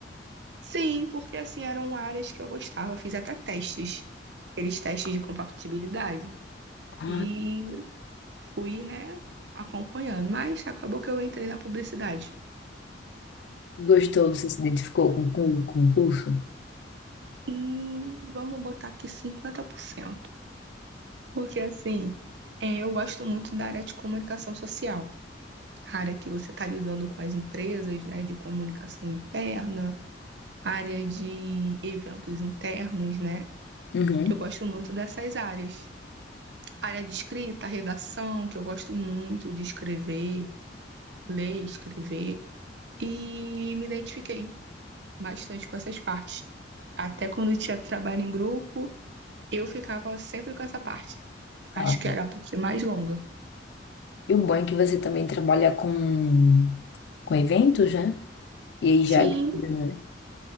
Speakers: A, on the right; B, on the left.
A: sim, porque assim eram áreas que eu gostava, fiz até testes, aqueles testes de compatibilidade.
B: Ah,
A: E fui, né, acompanhando, mas acabou que eu entrei na publicidade.
B: gostou, você se identificou com o concurso?
A: Hum, vamos botar aqui 50% porque assim, é, eu gosto muito da área de comunicação social, a área que você está lidando com as empresas, né, de comunicação interna área de eventos internos, né?
B: Uhum.
A: Eu gosto muito dessas áreas. Área de escrita, redação, que eu gosto muito de escrever, ler, escrever. E me identifiquei bastante com essas partes. Até quando eu tinha trabalho em grupo, eu ficava sempre com essa parte. Acho
B: Ah,
A: que era a parte mais longa.
B: E o bom é que você também trabalha com, com eventos, né? E aí já
A: Sim,
B: ajuda, né?